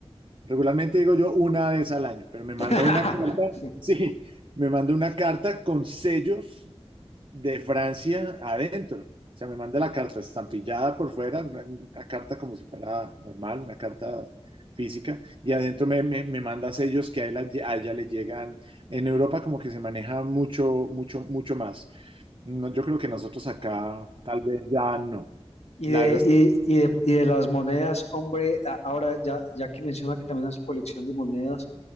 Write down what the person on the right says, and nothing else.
Regularmente digo yo una vez al año, pero me manda
una carta, <laughs> sí, me manda una carta con sellos de Francia adentro. O sea, me manda la carta estampillada por fuera, una, una carta como si fuera normal, una carta física, y adentro me, me, me manda sellos que a, él, a ella le llegan. En Europa como que se maneja mucho, mucho, mucho más. No, yo creo que nosotros acá tal vez ya no.
La
verdad